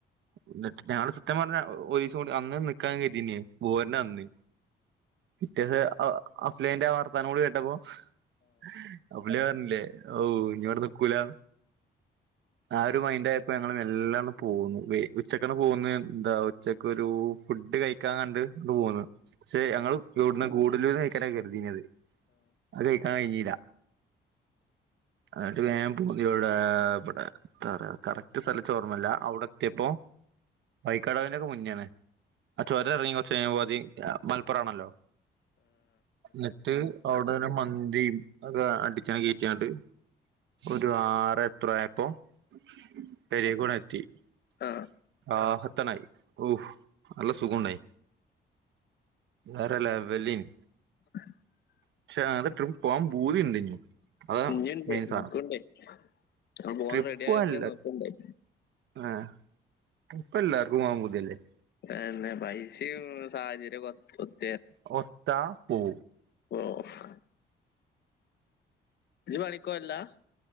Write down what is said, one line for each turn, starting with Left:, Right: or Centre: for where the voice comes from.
Right: എന്നിട്ട് ഞാൻ സത്യം പറഞ്ഞ ഒയി അന്ന് നിക്കാൻ കെര്തീൻ്റ്. പോര്ന്ന അന്ന്. പിറ്റേന്ന് ആ അഫ്ലഹ് ന്റെ വർത്താനൂടെ കേട്ടപ്പോ ഹ ഹ അഫ്ലഹ് അർഞ്ഞീ ഓ ഇനി ഇവിടെ നിക്കൂലാന്ന് ആ ഒരു മൈൻഡ് ആയപ്പോ ഞങ്ങള് മെല്ലെ അങ്ങ് പോന്നു ഉച്ചക്കണ് പോന്നു ന്താ ഉച്ച ഒരു ഫുഡ് കഴിക്കാൻ കണ്ട് ങ്ങട് പോന്ന് ശെ ഞങ്ങൾ <unintelligible> കൂടുതൽ കയ്ക്കാനയ്ക്കാരം അത് കഴിക്കാൻ കഴിഞ്ഞീല്ല. എന്നിട്ട് ഞാൻ പൂധൃവിടെ ആ പ എത്താലെ., കറക്റ്റ് സ്ഥലം ച്ച് ഓർമ്മല്ല. അവിടെ എത്തിയപോ വൈക്കടവിന്റെ ഒക്കെ മു ന്നെ ആണേ ആ ചൊരം ഇറങ്ങി കുറച്ചു കഴിഞ്ഞപ്പോ മലപ്പുറം ആണല്ലോ ന്നിട്ട് അവിട ഒരു മന്തി <unintelligible> ഒരു ആറേത്രെ ആയപ്പോ <unintelligible> <inaudible>
Left: ആ
Right: റാഹത്തനായി ഓഹ് നല്ല സുഖണ്ടായി വേറെ ലെവലെനു
Left: <inaudible>
Right: <unintelligible> പോവാൻ പൂതിണ്ട് അതാ
Left: ഇഞ്ഞിണ്ടയ്
Right: മെയിൻ സാധനം
Left: ഇൻക്ണ്ടയ് ഞാൻ പോവാൻ
Right: ട്രിപ്പ്
Left: റെഡിയായിങ്ങനെ
Right: പോവാനില്ല
Left: നിൽക്ണ്ടയ്
Right: ആഹ് ഇപ്പെല്ലാർക്കും <unintelligible>
Left: <unintelligible> പൈസീം മ്മ് സാഹചര്യൊക്കെ
Right: <unintelligible>
Left: <unintelligible>
Right: ഓ
Left: ഓഹ്ഹ ഇജ്ജ്പണികോവല്ല